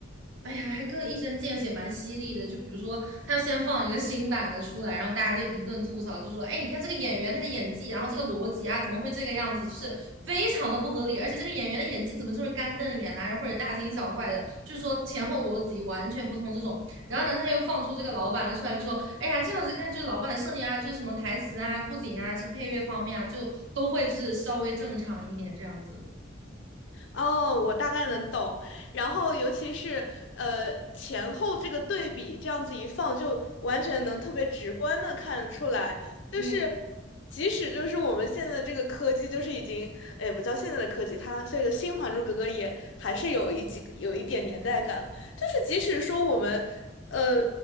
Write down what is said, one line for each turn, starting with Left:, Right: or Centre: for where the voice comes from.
Right: 哎呀，还更一针见血，蛮犀利的。就比如说，他先放一个新版的出来，然后大家就一顿吐槽，就说：“哎，你看这个演员他的演技，然后这个逻辑啊，怎么会这个样子？就是非常的不合理。而且这个演员的演技怎么就是干瞪眼啊，或者大惊小怪的？就是说前后逻辑完全不通这种。”然后呢，他又放出这个老板的出来，就说：“哎呀，这样子看，就是老板的设定啊，就是什么台词啊、布景啊、这个配乐方面啊，就都会就是稍微正常一点这样子。”
Left: 哦，我大概能懂。然后，尤其是呃前后这个对比，这样子一放，就完全能特别直观的看得出来。就是即使就是我们现在这个科技，
Right: 对
Left: 就是已经，哎，不叫现在的科技，它这个新《还珠格格》也还是有一几有一点年代感了。就是即使说我们，呃，